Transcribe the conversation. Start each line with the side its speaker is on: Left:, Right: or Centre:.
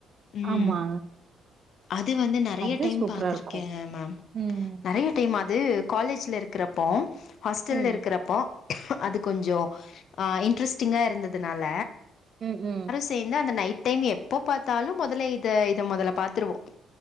Left: ம்
Right: ஆமா
Left: அது வந்து நெறைய
Right: அது
Left: டைம்
Right: சூப்பரா
Left: பாத்திருக்கே
Right: இருக்கு
Left: மேம்
Right: ம்
Left: நெறைய டைம் அது காலேஜ்ல இருக்குறப்போ ஹாஸ்டல்ல
Right: ம்
Left: இருக்கிறப்போ அது கொஞ்சோ ஆ இன்ட்ரெஸ்டிங்கா இருந்ததுனால
Right: ம் ம்
Left: சேந்து அந்த நைட் டைம் எப்ப பாத்தாலு மொதல்ல இத இத மொதல பாத்துருவோ